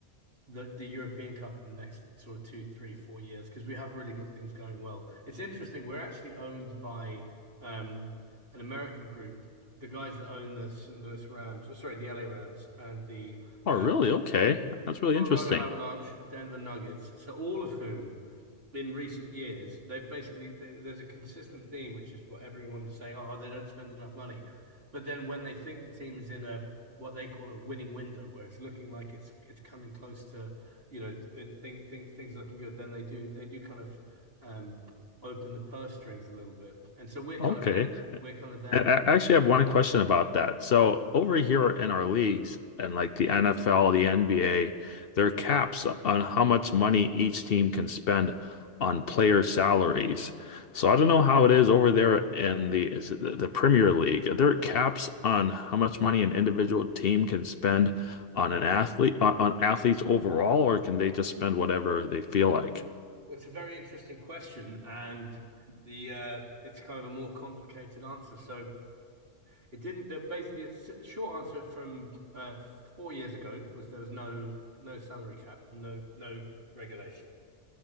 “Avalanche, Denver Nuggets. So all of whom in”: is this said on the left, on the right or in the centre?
Right